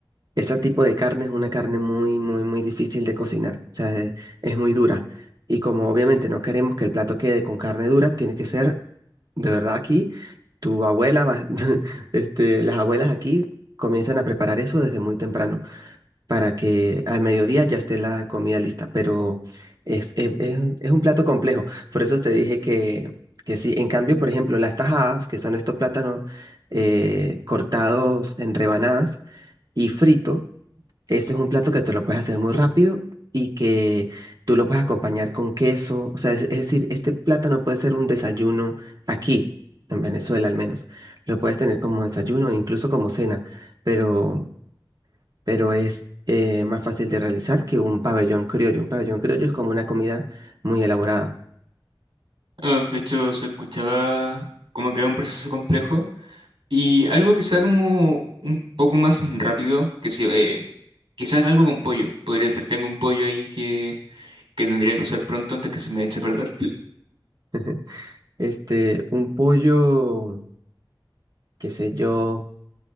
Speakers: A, on the right (about 50°); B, on the right (about 80°).
A: ese tipo de carne es una carne muy, muy, muy difícil de cocinar, o sea, eh, es muy dura. Y como obviamente no queremos que el plato quede con carne dura, tiene que ser, de verdad aquí, tu abuela, va- <laughs> este, las abuelas aquí comienzan a preparar eso desde muy temprano para que al mediodía ya esté la comida lista, pero es, es- es un es un plato complejo. Por eso te dije que, que sí. En cambio, por ejemplo, las tajadas, que son estos plátanos eh, cortados en rebanadas y frito, este es un plato que te lo puedes hacer muy rápido y que tú lo puedes acompañar con queso. O sea, es, es decir, este plátano puede ser un desayuno aquí, en Venezuela al menos. Lo puedes tener como desayuno, incluso como cena, pero pero es eh, más fácil de realizar que un pabellón criollo. Un pabellón criollo es como una comida muy elaborada.
B: Ah, de hecho, se escuchaba como que era un proceso complejo y algo que sea como un poco más rápido, que sí, eh, quizás algo con pollo. Podría ser, tengo un pollo ahí que, que tendría que usar pronto antes que se me eche a perder.
A: <laughs> Este, un pollo, qué sé yo,